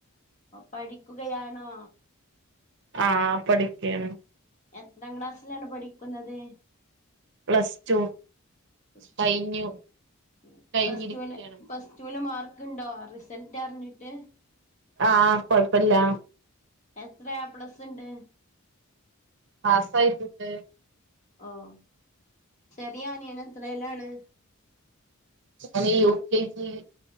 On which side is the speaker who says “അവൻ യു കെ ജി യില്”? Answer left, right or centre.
Right